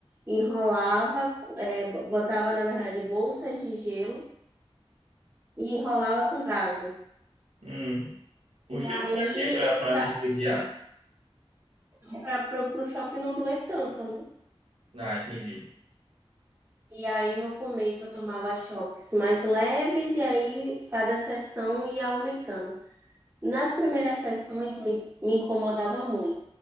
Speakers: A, on the right (about 20°); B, on the right (about 80°).
A: enrolava, é, botava, na verdade, bolsas de gelo e enrolava com gaze.
B: Hum. O gelo
A: Aí
B: pra quê? Pra,
A: eu
B: pra anestesiar?
A: ficava para o choque não doer tanto, né?
B: Ah, entendi.
A: E aí no começo eu tomava choques mais leves e aí cada sessão ia aumentando. Nas primeiras sessões me, me incomodava muito,